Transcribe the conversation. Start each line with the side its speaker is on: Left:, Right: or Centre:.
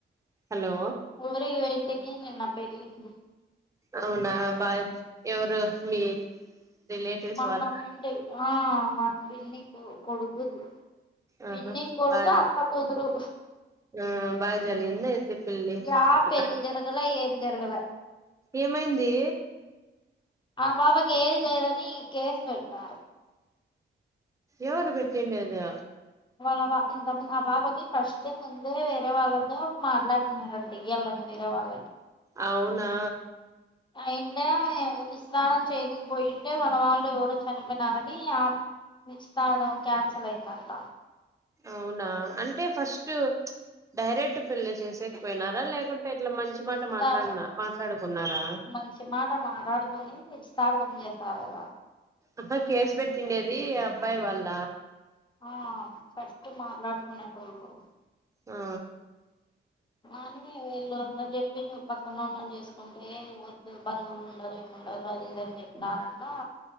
Right: హలో
Left: ఊరికి పోయింటిని నిన్న పెళ్లికి
Right: అవునా బా ఎవరు మీ రిలేటివ్స్
Left: మొన్న
Right: వాళ్
Left: పోయింటిమి ఆ మా పిన్నీ కొడుకుది పిన్ని
Right: ఆహా
Left: కొడుకు
Right: బా
Left: అత్త కూతురు
Right: ఆ బాగా జరిగింది అయితే పెళ్లి
Left: యా
Right: అక్కడ
Left: పెళ్లి జరగలే ఏం జరగలే
Right: ఏమైంది
Left: ఆ పాపకి ఏజ్ లేదని కేసు పెట్టిన్నారు
Right: ఎవరు పెట్టిండేది
Left: వాళ్ళ ఇంతకముందు ఆ పాపకి ఫస్ట్ ముందే వేరే వాళ్ళతో మాట్లాడినారండి ఇయాళ్ళని వేరే వాళ్ళకి
Right: అవునా
Left: అయింటే వీళ్ళు స్నానం చెయనికి పోయింటే వాళ వాళ్ళు ఎవరో చనిపో యినారని నిర్చితార్థం క్యాన్సల్ అయిందంట
Right: అవునా అంటే ఫస్ట్ డైరెక్ట్ పెళ్లి చేసేకి పోయినారా లేకుంటే ఇట్లా మంచి మాట
Left: నిశ్చితార్థం
Right: మాట్లాడినా మాట్లాడుకున్నారా
Left: మంచి మాట మాట్లాడుకొని నిర్చితార్థం చేసారు కదా
Right: ఇప్పుడు కేసు పెట్టిండేది అబ్బాయి వాళ్ళ
Left: ఆ ఫస్ట్ మాట్లాడుకునేటోళ్ళు
Right: ఆ
Left: కానీ వీళ్ళు అందరూ చెప్పి నువ్వు పక్కనోళ్ళని చేసుకుంటే వద్దు బంధువులు ఉండారు ఏం ఉండారు అది ఇదని చెప్పినారంట